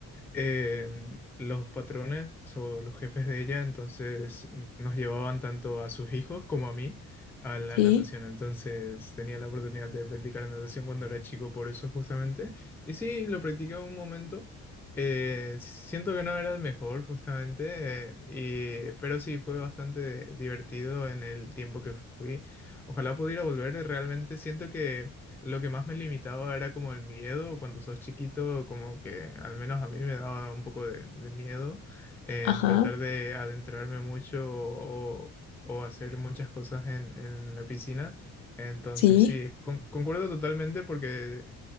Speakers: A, in the centre; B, on the left.
A: eh, los patrones o los jefes de ella, entonces nos llevaban tanto a sus hijos como a mí a la
B: Sí,
A: natación. Entonces tenía la oportunidad de practicar natación cuando era chico, por eso justamente. Y sí, lo practiqué un momento. Eh, siento que no era el mejor, justamente, eh, y, pero sí fue bastante divertido en el tiempo que fui. Ojalá pudiera volver. eh, Realmente siento que lo que más me limitaba era como el miedo. Cuando sos chiquito, como que al menos a mí me daba un poco de, de miedo eh,
B: ajá,
A: en tratar de adentrarme mucho o, o hacer muchas cosas en, en la piscina. Entonces,
B: sí,
A: sí, con- concuerdo totalmente porque